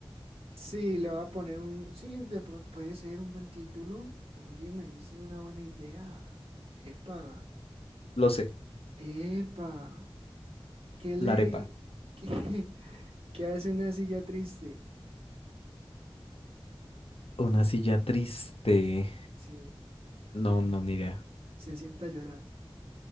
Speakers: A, on the right; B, on the left.
A: Sí, le voy a poner un, sí, de pronto puede ser un buen título. Oye, me hice una buena idea. Epa,
B: Lo sé.
A: epa. ¿Qué ley?
B: La arepa.
A: <laughs> ¿Qué, qué hace una silla triste?
B: Una silla triste.
A: Sí,
B: No, no, ni idea.
A: se sienta a llorar.